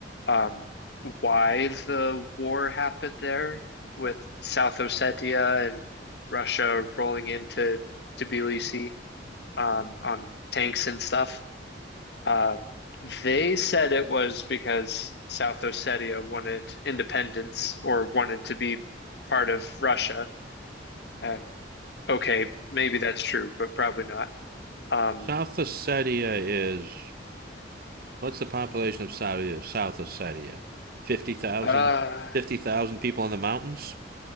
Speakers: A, on the left; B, on the right.
A: um, why the war happened there with South Ossetia and Russia rolling into Tbilisi um, on tanks and stuff. Um, they said it was because South Ossetia wanted independence or wanted to be part of Russia. And okay, maybe that's true, but probably not. Um,
B: South Ossetia is what's the population of Saudi South Ossetia? 50,000?
A: uh,
B: 50,000 people in the mountains?